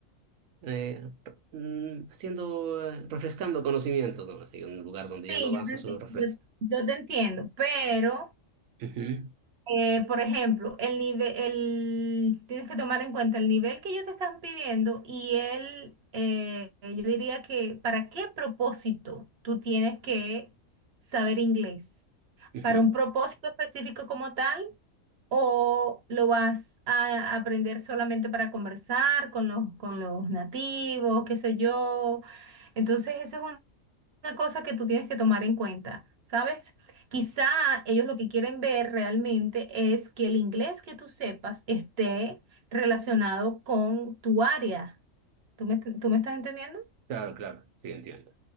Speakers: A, on the right; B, on the right.
A: eh, mm, siendo, eh, refrescando conocimientos, ¿no? Así, un lugar donde ya
B: Sí,
A: no avanzo,
B: yo te,
A: solo
B: enti-
A: refrescas.
B: yo, yo te entiendo, pero
A: Ujú,
B: Eh, por ejemplo, el nivel, el, tienes que tomar en cuenta el nivel que ellos te están pidiendo y el, eh, yo diría que para qué propósito tú tienes que saber inglés.
A: ujú.
B: ¿Para un propósito específico como tal o lo vas a aprender solamente para conversar con los, con los nativos, qué sé yo? Entonces, eso es una cosa que tú tienes que tomar en cuenta, ¿sabes? Quizá ellos lo que quieren ver realmente es que el inglés que tú sepas esté relacionado con tu área. ¿Tú me, tú me estás entendiendo?
A: Claro, claro, sí, entiendo.